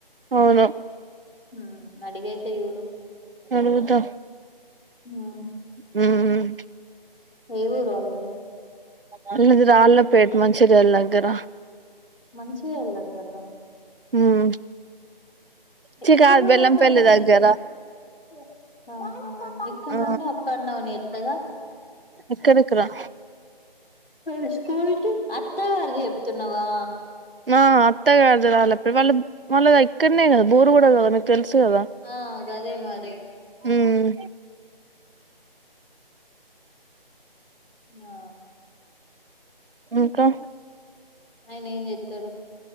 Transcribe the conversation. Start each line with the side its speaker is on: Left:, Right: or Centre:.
Right: అవును
Left: హ్మ్ అడిగి అయితే చూడు
Right: అడుగుతా
Left: హ్మ్
Right: మ్మ్
Left: ఏ ఊరు వాళ్ళది
Right: వాళ్ళది రాళ్ళపేట మంచిర్యాళ దగ్గర
Left: మంచిర్యాల దగ్గరన
Right: మ్మ్
Left: ఎక్కడ
Right: చి కాదు
Left: నుండి
Right: బెల్లంపల్లి
Left: అప్ అండ్ డౌన్
Right: దగ్గర
Left: చెత్ <unintelligible> ఆహా ఇక్కడ
Right: ఆ
Left: నుండి అప్ అండ్ డౌన్ చేత్తద
Right: ఇక్కడికి రా
Left: మరి స్కూల్ కి అత్త గారిది చెప్తున్నావా
Right: మా అత్త గారిది వాళ్ళు వాళ్ళది ఇక్కడనే కదా బోరుకూడా కదా మీకు తెలుసు కదా
Left: ఆ గదే మరి
Right: మ్మ్
Left: ఆ
Right: ఇంకా
Left: ఆయన ఏం చెత్తాడు